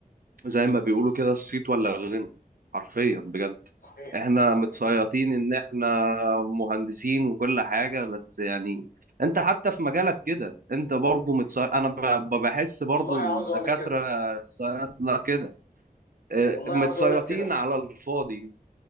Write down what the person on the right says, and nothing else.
زي ما بيقولوا كده الصيت ولا الغنى حرفيا بجد
احنا
متصيطين ان احنا مهندسين وكل حاجة بس يعني انت حتى في مجالك كده انت برضو متصيط انا ب-
ب- بحس برضو
الدكاترة
الصيادلة كده اه،
متصيطين
على الفاضي